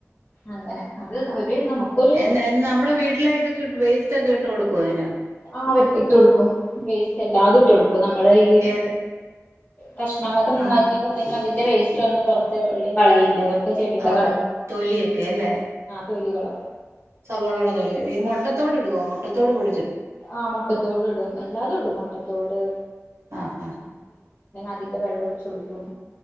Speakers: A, on the left (about 35°); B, on the right (about 60°).
A: അങ്ങനെ അത് ഒരു നമുക്കൊരു
B: എൻ എൻ നമ്മള വീട്ടില ഇതൊക്കെ വേസ്റ്റ്ഒക്കെ ഇട്ട്കൊടുക്കും അതിന്
A: ആ ഇട്ട് കൊടുക്കും വേസ്റ്റ് അല്ലാതെ ഇട്ട് കൊടുക്കും നമ്മള ഈ
B: ഏത്
A: പ്രശ്നങ്ങളൊക്കെ നന്നാക്കിട്ട്ണ്ടെങ്കിൽ
B: ആഹ്
A: അതിന്റെ വേസ്റ്റ് ഒന്നും പുറത്തെ എവിടെയും കളയില്ല ചെടിയുടെ
B: ആ തൊലിയൊക്കെ അല്ലേ?
A: തൊലികള്
B: സവാളോടെ തൊലികള് ഈ മുട്ടത്തോട് ഇടുവോ മൊ ട്ടത്തോട് പൊ
A: ആ മുട്ടത്തോട് ഇടും എല്ലാതും ഇടും ട്ടത്തോട്
B: ആ ആ
A: അതിന്റെ വെള്ളം ഒഴിച്ചു കൊടുക്കും